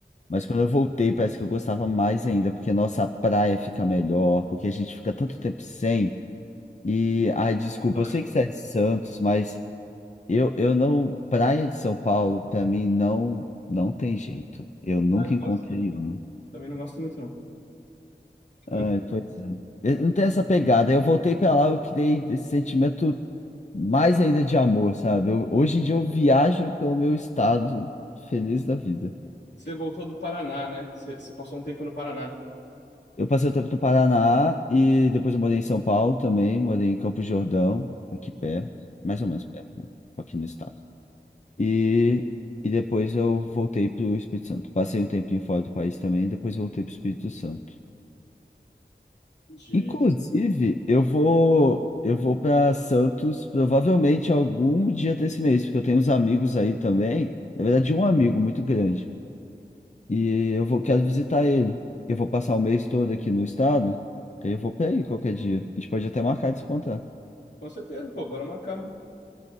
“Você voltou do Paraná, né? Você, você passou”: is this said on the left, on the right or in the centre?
Left